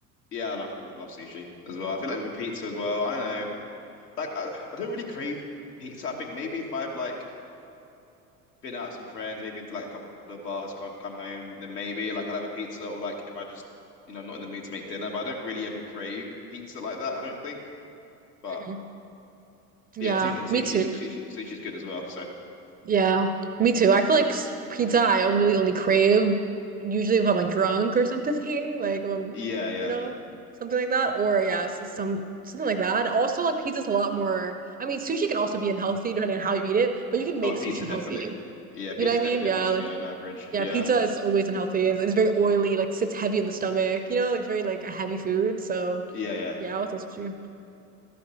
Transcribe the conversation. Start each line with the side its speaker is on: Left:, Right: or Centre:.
Left: yeah, I love love sushi as well. I feel like with pizza as well. I don't know. Like I, I don't really crave pizza. I think maybe if I've like been out with some friends, maybe into like a couple of bars, come, come home, then maybe like I'll have a pizza or like if I just you know I'm not in the mood to make dinner. But I don't really ever crave pizza like that. I don't think. But
Right: hmm Yeah,
Left: But yeah, su- and sushi's
Right: me too.
Left: sushi sushi's good as well. So
Right: Yeah, me too. I feel like s- pizza I only really only crave usually if I'm like drunk or something, <laughs> like if I'm,
Left: <laughs> yeah, yeah.
Right: you know, something like that. Or yeah, s- some something like that. Also, like pizza's a lot more. I mean, sushi can also be unhealthy depending on how you eat it, but you can make
Left: Oh, but
Right: sushi
Left: pizza
Right: healthy.
Left: definitely. Yeah, pizza's
Right: You know what I mean?
Left: definitely
Right: Yeah,
Left: unhealthy
Right: like
Left: on average.
Right: yeah,
Left: Yeah,
Right: pizza is always unhealthy. It's, it's very oily, like sits heavy in the stomach. You know, like it's very like a heavy food. So
Left: yeah, yeah.
Right: yeah, I'll say sushi.